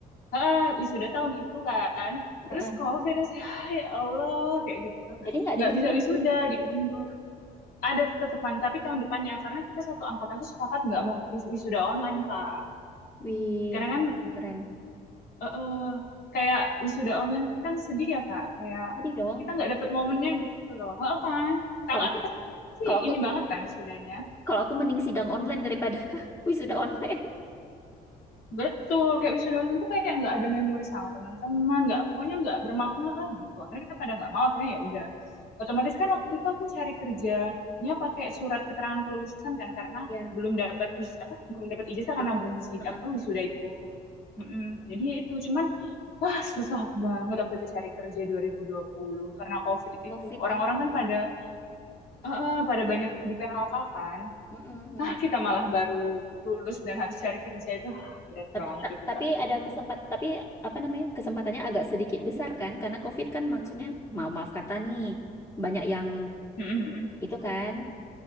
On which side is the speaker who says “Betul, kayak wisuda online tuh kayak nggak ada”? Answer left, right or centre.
Left